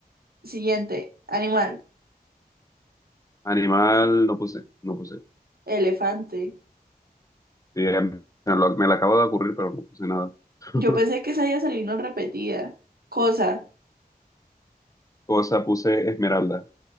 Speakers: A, on the right; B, on the left.
A: Siguiente, animal,
B: Animal, no puse, no puse.
A: elefante.
B: Sí, em, me lo, me lo acabo de ocurrir, pero no puse nada. <laughs>
A: Yo pensé que esa iba a salir no repetida. Cosa,
B: Cosa, puse esmeralda.